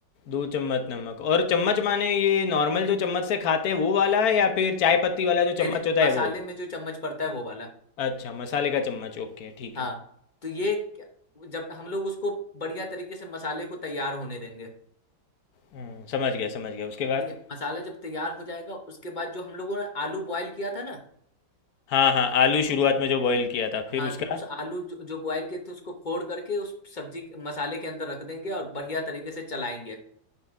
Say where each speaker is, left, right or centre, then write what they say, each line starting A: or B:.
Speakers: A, on the left (about 60°); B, on the left (about 35°).
A: दो चम्मच नमक और चम्मच माने ये नॉर्मल जो चम्मच से खाते हैं वो वाला है या फिर चाय पत्ती वाला जो
B: नहीं
A: चम्मच
B: नहीं
A: होता है
B: मसाले
A: वो
B: में जो चम्मच पड़ता है वो वाला
A: अच्छा मसाले का चम्मच ओके ठीक
B: हाँ
A: है
B: तो ये क्या- जब हम लोग उसको बढ़िया तरीके से मसाले को तैयार होने देंगे
A: हम्म, समझ गया समझ गया उसके बाद
B: ठीक है मसाला जब तैयार हो जाएगा उसके बाद जो हम लोगों ने आलू बॉयल किया था ना
A: हाँ हाँ आलू शुरुआत में जो बॉईल किया था
B: हाँ
A: फिर उसका
B: तो उस आलू जो, जो बॉयल किए थे उसको फोड़ करके उस सब्जी के- मसाले के अंदर रख देंगे और बढ़िया तरीके से चलाएंगे